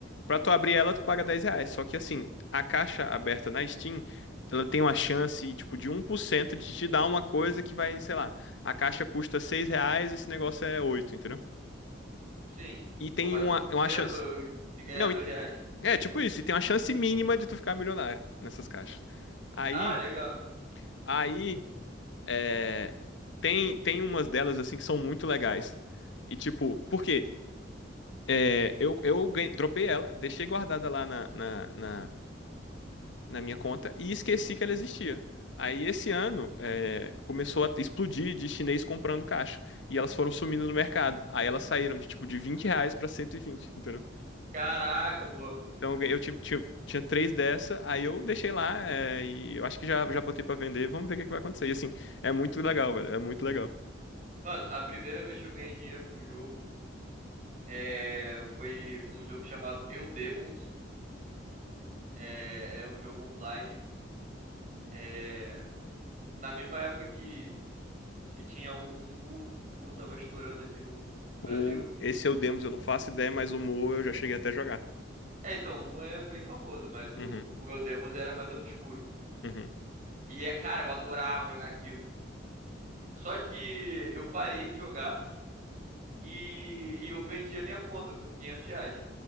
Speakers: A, on the left; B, on the right.
A: Pra tu abrir ela, tu paga 10 reais. Só que assim, a caixa aberta na Steam, ela tem uma chance, tipo, de um por cento de te dar uma coisa que vai, sei lá, a caixa custa 6 reais, esse negócio é 8 entendeu?
B: Sim.
A: E tem
B: Pô, mais
A: uma,
B: um por
A: uma
B: cento
A: chance.
B: de ganhar
A: Não,
B: dois
A: e-
B: reais?
A: é tipo isso, e tem uma chance mínima de tu ficar milionário nessas caixas. Aí,
B: Ah, legal.
A: aí. É, Tem, tem umas delas, assim, que são muito legais. E, tipo, por quê? É, eu eu ganhei- dropei ela, deixei guardada lá na, na, na, na minha conta e esqueci que ela existia. Aí, esse ano, é, começou a explodir de chinês comprando caixa. E elas foram sumindo no mercado. Aí, elas saíram de, tipo, de 20 reais pra 120 entendeu?
B: Caraca, boa.
A: Então, eu, ganhei- eu tinha, tinha, tinha três dessa, aí eu deixei lá, é, e eu acho que já, já botei pra vender. Vamos ver o que é que vai acontecer. E, assim, é muito legal, velho. É muito legal.
B: Mano, a primeira vez que eu ganhei dinheiro com o jogo é, foi num jogo chamado Eu Demons. É, é um jogo online. É, na mesma época que, que tinha o, o Mu. O Mu tava estourando aqui no, no
A: O...
B: Brasil.
A: Esse é o Demos, eu não faço ideia, mas o Mu eu já cheguei até a jogar.
B: É, então, o Mu é bem famoso, mas o,
A: Uhum,
B: o Eu Demons era mais obscuro.
A: uhum.
B: E, é, cara, eu adorava jogar aquilo. Só que eu parei de jogar e, e eu vendi a minha conta por 500 reais.